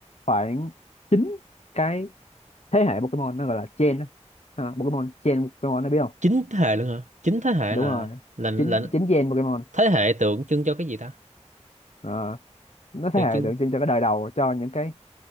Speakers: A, on the left; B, on the right.
A: khoảng chín cái thế hệ Pokemon nó gọi là gen á. Ờ, Pokemon gen Pokemon nó biết không
B: chín thế hệ luôn hả chín thế hệ
A: đúng
B: là
A: rồi
B: là là
A: chín chín gen Pokemon
B: thế hệ tượng trưng cho cái gì ta
A: Ờ, nó
B: tượng
A: thế hệ
B: trưng
A: tượng trưng cho cái đời đầu cho những cái